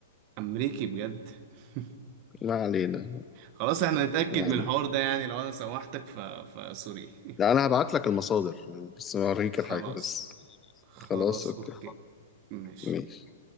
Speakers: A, on the right; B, on the left.
A: امريكي بجد <laughs>
B: ما علينا
A: خلاص احنا نتأكد
B: ما علينا
A: من الحوار ده يعني لو انا سوحتك ف... فسوري <laughs>
B: لا انا هبعت لك المصادر بس اوريك
A: خلاص
B: الحاجه بس
A: خلاص
B: خلاص اوكي
A: اوكي ماشي
B: ماشي